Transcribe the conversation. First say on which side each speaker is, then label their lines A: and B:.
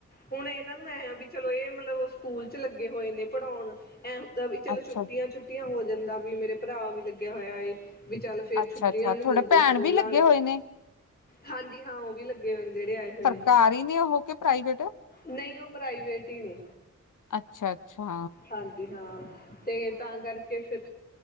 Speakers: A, on the left; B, on the left.
A: ਹੁਣ ਇਹਨਾਂ ਨੂੰ ਐ ਵੀ ਚਲੋ ਇਹ ਮਤਲਬ ਸਕੂਲ ਚ ਲੱਗੇ ਹੋਏ ਨੇ ਪੜ੍ਹਾਉਣ। ਤਾਂ ਵੀ ਚੱਲ
B: ਅੱਛਾ
A: ਛੁੱਟੀਆਂ ਛੁੱਟੀਆਂ ਹੋ ਜਾਂਦਾ ਵੀ ਮੇਰੇ ਭਰਾ ਵੀ ਲੱਗਿਆ ਹੋਇਆ ਵੀ ਚੱਲ। ਫੇਰ
B: ਅੱਛਾ
A: ਛੁੱਟੀਆਂ
B: ਅੱਛਾ
A: ਨੀ
B: ਤੁਹਾਡੇ
A: ਦਿੰਦੇ
B: ਭੈਣ
A: ਸਕੂਲਾਂ
B: ਵੀ ਲੱਗੇ
A: ਵਾਲੇ
B: ਹੋਏ ਨੇ
A: ਹਾਂਜੀ ਹਾਂ ਉਹ ਵੀ ਲੱਗੇ ਹੋਏ। ਜਿਹੜੇ ਆਏ ਹੋਏ
B: ਸਰਕਾਰੀ
A: ਨੇ
B: ਨੇ ਉਹ ਕੇ ਪ੍ਰਾਈਵੇਟ
A: ਨਹੀਂ ਉਹ ਪ੍ਰਾਈਵੇਟ ਹੀ ਨੇ।
B: ਅੱਛਾ ਅੱਛਾ।
A: ਹਾਂਜੀ ਹਾਂ ਤੇ ਤਾਂ ਕਰਕੇ ਫਿਰ